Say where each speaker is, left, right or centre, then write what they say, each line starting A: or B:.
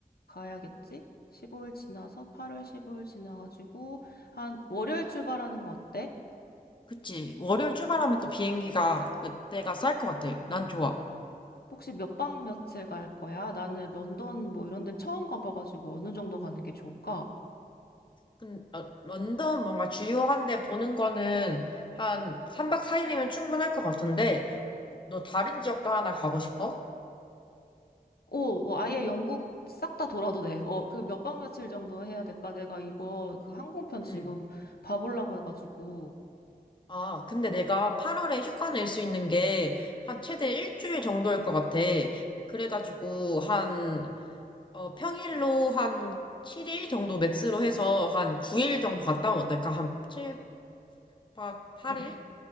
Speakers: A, on the left; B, on the left.
A: 가야겠지? 15일 지나서 8월 15일 지나가지고 한 월요일 출발하는 거 어때?
B: 그치. 월요일 출발하면 또 비행기가 그때가 쌀 것 같아. 난 좋아.
A: 혹시 몇 박 며칠 갈 거야? 나는 런던 뭐 이런 데는 처음 가봐가지고 어느 정도 가는 게 좋을까?
B: 근- 어, 런던 뭔가 주요한 데 보는 거는 한 3박 4일이면 충분할 것 같은데, 너 다른 지역도 하나 가고 싶어?
A: 오, 어, 아예 영국 싹 다 돌아도 돼. 어, 그 몇 박 며칠 정도 해야 될까? 내가 이거 그 항공편 지금
B: 응.
A: 봐보려고 해가지고.
B: 아, 근데 내가 8월에 휴가 낼 수 있는 게 한 최대 일주일 정도일 것 같아. 그래가지고 한, 어, 평일로 한 7일 정도 맥스로 해서 한 9일 정도 갔다 오면 어떨까? 한 7박 8일?
A: 응,